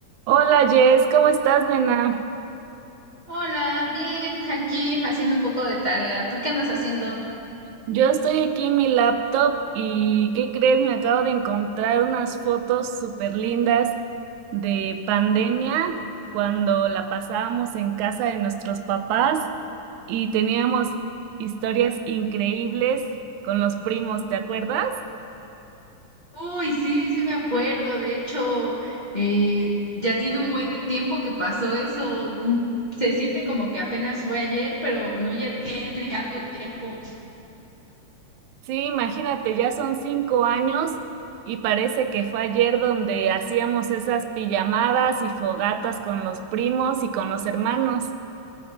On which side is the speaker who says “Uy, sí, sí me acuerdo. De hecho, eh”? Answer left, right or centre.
Left